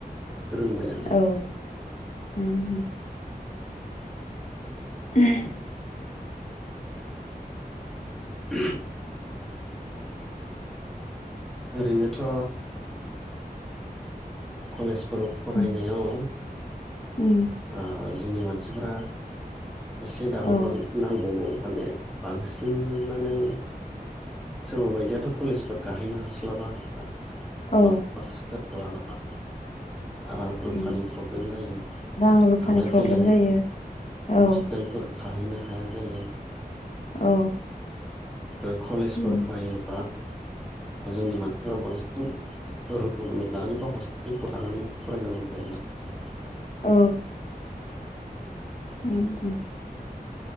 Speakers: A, in the centre; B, on the left.
A: फोरोंबाय आरो।
B: औ उम ह <unintelligible>
A: <unintelligible>
B: <unintelligible>
A: ओरैनोथ' कलेज बर' फरायनायाव
B: उम
A: ओ
B: उम
A: ओ जोंनि मानसिफोरा एसे दाबो
B: औ
A: मान नांबावगौ। माने बांसिनानो सोरबा बायदियाथ' कलेजफोर गाहैनो हास्लाबा ओ
B: औ
A: माबा <unintelligible> <unintelligible> <unintelligible> रां रुफानि
B: उम
A: प्रब्लेम जायो
B: रां रुफानि
A: थांलाय
B: प्रब्लेम
A: फैलाय
B: जायो औ
A: हस्टेलफोर थाहैनो हाया जायो।
B: औ
A: आरो कलेजफोर
B: उम
A: फरायोबा जोंनि मानसिफोरा बांसिन रुम लानानै बा हस्टेलफ्राव थानानै फरायनांगौ जायो आरो।
B: औ उम उम ।